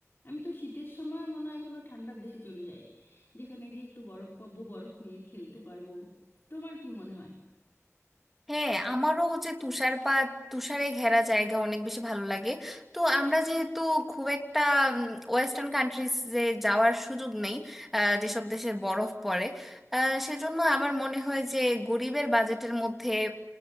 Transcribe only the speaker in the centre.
হ্যাঁ আমারও হচ্ছে তুষারপাত তুষারে ঘেরা জায়গা অনেক বেশি ভালো লাগে তো আমরা যেহেতু খুব একটা ওয়েস্টার্ন কান্ট্রিজ যে যাওয়ার সুযোগ নেই আহ, যেসব দেশে বরফ পড়ে আহ, সেজন্য আমার মনে হয় যে গরিবের বাজেটের মধ্যে